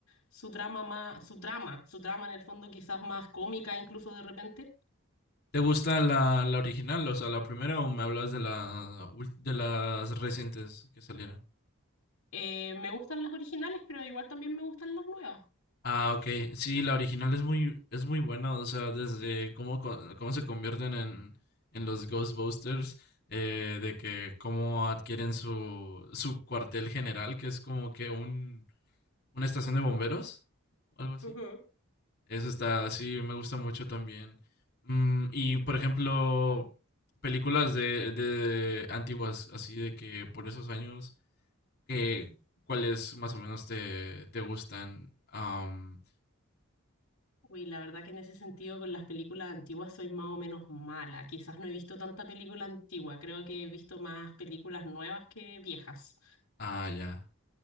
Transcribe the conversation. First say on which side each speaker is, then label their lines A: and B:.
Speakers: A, on the left; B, on the left.
A: su trama más, su trama, su trama en el fondo quizás más cómica incluso de repente.
B: ¿Te gusta la, la original, o sea, la primera, o me hablas de la ul- de las recientes que salieron?
A: Eh, me gustan las originales, pero igual también me gustan las nuevas.
B: Ah, ok. Sí, la original es muy, es muy buena. O sea, desde cómo, co- cómo se convierten en, en los Ghostbusters, eh, de que cómo adquieren su, su cuartel general, que es como que un, una estación de bomberos, o algo así.
A: Ujú.
B: Eso está, sí, me gusta mucho también. Mm, y, por ejemplo, películas de, de antiguas, así de que por esos años, que, ¿cuáles más o menos te, te gustan? Am,
A: Uy, la verdad que en ese sentido con las películas antiguas soy más o menos mala. Quizás no he visto tanta película antigua, creo que he visto más películas nuevas que viejas.
B: Ah, ya.